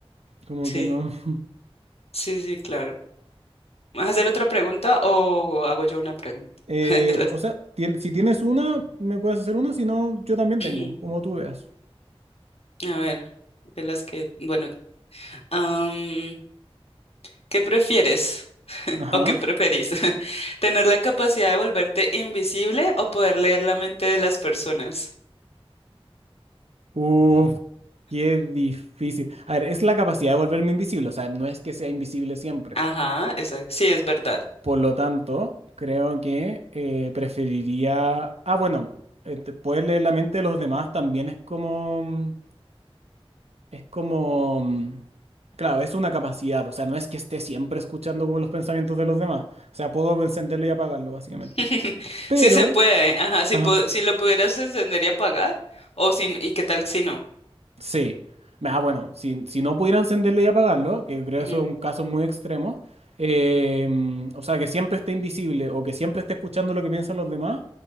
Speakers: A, on the right; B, on the left.
A: Como
B: Sí,
A: que no. <laughs>
B: sí, sí, claro. ¿Vas a hacer otra pregunta o hago yo una pregunta?
A: eh,
B: <laughs> De las,
A: o sea, tien- si tienes una, me puedes hacer una, si no, yo también
B: <clears throat>
A: tengo, como tú veas.
B: a ver, de las que, bueno, am, ¿qué prefieres <laughs>
A: Ajá.
B: o qué preferís? <laughs> ¿Tener la capacidad de volverte invisible o poder leer la mente de las personas?
A: Uf, qué difícil. A ver, es la capacidad de volverme invisible, o sea, no es que sea invisible siempre.
B: Ajá, esa, sí, es verdad.
A: Por lo tanto, creo que eh, preferiría. Ah, bueno, eh, te- poder leer la mente de los demás también es como. mm, Es como. mm, Claro, es una capacidad. O sea, no es que esté siempre escuchando como los pensamientos de los demás. O sea, puedo encenderlo y apagarlo, básicamente.
B: <laughs>
A: Pero.
B: Sí se puede, ajá, si,
A: Ajá.
B: pu- si lo pudieras encender y apagar, o si, y qué tal si no.
A: Sí. Ah, bueno, si, si no pudiera encenderlo y apagarlo, que creo
B: Ujú.
A: eso es un caso muy extremo. eh, mm, o sea, que siempre esté invisible o que siempre esté escuchando lo que piensan los demás.